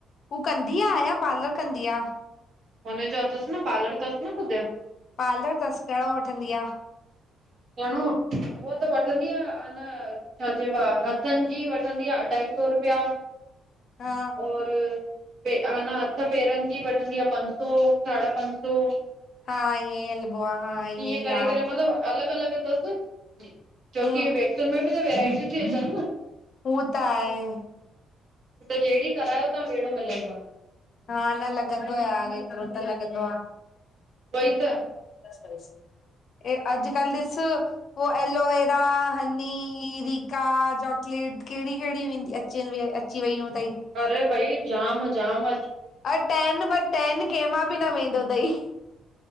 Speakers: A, on the left; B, on the right.
A: हू कंदी आ या पार्लर कंदी आ।
B: हुनजो अथस न पार्लर तस न कुद जो।
A: पार्लर तस घणो वठंदी आ?
B: घणो उअ त वठंदी आ अन छा चइबो आ हथनि जी वठंदी आ अढाई सौ रुपया
A: हा
B: और पे हन हथ पेरनि जी वठंदी आ पंज सौ साढा पंज सौ
A: हा ईअं ई हलबो आ हा
B: ईअं
A: ई
B: करे
A: आ
B: करे मतलबु अलॻि अलॻि अथसि जी जो
A: हम्म
B: की वेक्सन में बि त वैरायटीयूं थीअचनि न
A: हू त आहे
B: त जहिड़ी करायो ता वेहिड़ो मिलंदो आ
A: हा न लॻंदो यार एतिरो त लॻंदो आ
B: ॿई त
A: बस करेस हे अॼकल्ह ॾिस उ एलोवेरा हनी रिका चॉकलेट कहिड़ी कहिड़ी वेंदी अच अचनि अची वई यूं थई
B: अरे बई ज़ाम ज़ाम
A: अ टेन ब टेन कंहिंमा बि न वेंदो तई